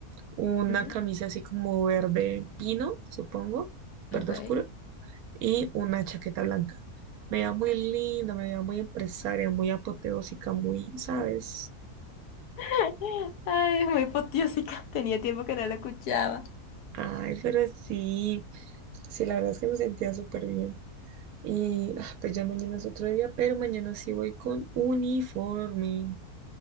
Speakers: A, on the right; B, on the left.
A: una
B: Ujú,
A: camisa así como verde pino, supongo, verde
B: Ok.
A: oscuro, y una chaqueta blanca. Me veía muy linda, me veía muy empresaria, muy apoteósica, muy, ¿sabes?
B: <laughs> Ay, muy potiósica. <laughs> Tenía tiempo que no la escuchaba.
A: Ay, pero sí, sí, la verdad es que me sentía súper bien. Y ah, pues ya mañana es otro día, pero mañana sí voy con uniforme,